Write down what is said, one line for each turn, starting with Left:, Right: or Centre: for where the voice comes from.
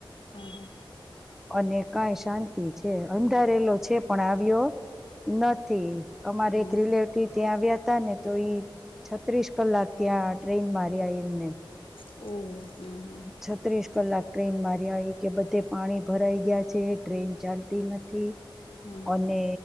Left: હમ હ.
Centre: અને કઈ શાંતિ છે અંધારેલો છે પણ આવ્યો. નથી. અમારે
Left: હમ
Centre: એક રિલેટિવ ત્યાં આવ્યા હતા ને તો ઈ છત્રીસ કલાક ત્યાં ટ્રેન મા રહયા એમને
Left: ઓહ હા.
Centre: છત્રીસ કલાક ટ્રેન માર આવી કે બધે પાણી ભરાઈ ગયા છે. ટ્રેન ચાલતી નથી.
Left: હમ
Centre: અને